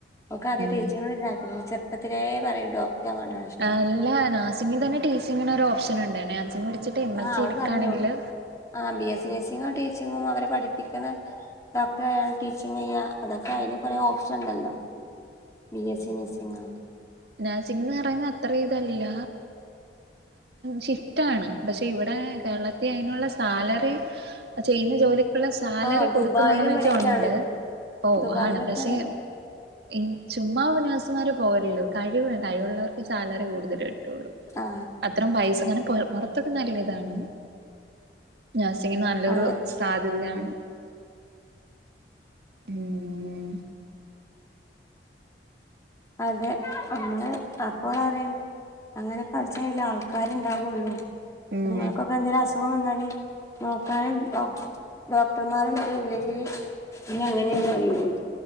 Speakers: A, on the left; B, on the right.
A: ഒ ആദ്യ ടീച്ചിങ്ങനോട്‌
B: ഉം
A: വല്യതാല്പര്യല്ല ചെറുപ്പത്തിലേ പറയും ഡോക്ടറാവനാണ് ഇഷ്ടം.
B: അല്ല നഴ്സിംഗിൽ തന്നെ ടീച്ചിങ്ങിന് ഒരു ഓപ്ഷൻ ഉണ്ട് നഴ്സിംഗ് പഠിച്ചിട്ട് എം എൽ
A: ആഹ്
B: സി
A: അവള്
B: എടുക്കയാണെങ്കില്
A: പറഞ്ഞു ആ ബി എസ് സി ടീച്ചിങ്ങും അവരെ പഠിപ്പിക്കണ ഡോക്ടർയാണ് ടീച്ചിങ് ചെയ്യ അതൊക്കെ അതിന് കുറെേ ഓപ്ഷൻ ഉണ്ടല്ലോ. ബി എസ് സി നേഴ്സിങ്ങ
B: നഴ്സിംഗന്ന് പറയുന്നത് അത്ര ഇതല്ല ഷിഫ്റ്റ് ആണ് പക്ഷെ ഇവിടെ കേരളത്തിൽ അതിനുള്ള സാലറി ചെയ്യുന്ന ജോലി ക്കുള്ള സാലറി
A: ആ
B: കൊടുക്കുന്നുണ്ടോന്ന്
A: ദുബായിലും
B: ചോയ്ച്ച
A: ഇവിടെയൊക്കെയാണ്
B: ഉണ്ട്. ഓ
A: ദുബായിലൊക്കെയാണ്
B: ആണ് പക്ഷെ
A: അതിന്റെ
B: ഇ ചുമ്മ ഒരുനേഴ് ത്ത്മാര് പോരല്ലോ കഴിവ് കഴിവുള്ളവർക്ക് സാലറി കൂടുതല് <unintelligible>
A: ആ
B: അത്രം പൈസങ്ങനെ പൊ പൊർത്തൊക്കെ നല്ലിതാണ്. നഴ്സിംഗിന് നല്ലൊരു
A: അതെ
B: സാധ്യതയാണ് ഉം
A: അതെ അമ്മളെ അപ്പോളറിയും അങ്ങനെ പഠിച്ച അയല് ള്ളാൾക്കാര്ണ്ടാവൊള്ളൂ
B: ഉം
A: ഇങ്ങൾക്കൊക്കെ എന്തെലും അസുഖം വന്നാല് നോക്കാനും ഡോക് ഡോക്ടർമാരുണ്ട് ഇല്ലെങ്കില് ഇനി അങ്ങനെന്നറിയോള്